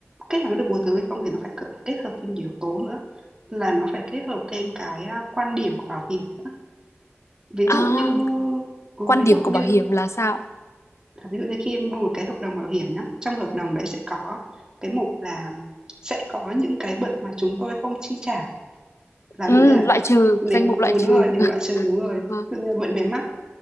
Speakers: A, on the right (about 15°); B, on the left (about 75°).
A: khách hàng có được bồi thường hay không thì nó phải cỡ kết hợp thêm nhiều yếu tố nữa, là nó phải kết hợp thêm cái, a, quan điểm của bảo hiểm nữa. Ví
B: à
A: dụ như ừ,
B: quan
A: ví
B: điểm
A: dụ như
B: của bảo hiểm là sao ạ?
A: là ví dụ như khi mua một cái hợp đồng bảo hiểm nhá, trong hợp đồng đấy sẽ có cái mục là sẽ có những cái bệnh mà chúng tôi không chi trả, là
B: ừ
A: ví dụ như là
B: loại trừ
A: nếu
B: danh mục loại
A: ừ,
B: trừ
A: đúng rồi, đều loại trừ, đúng rồi.
B: <laughs>
A: Ví dụ như là bệnh về mắt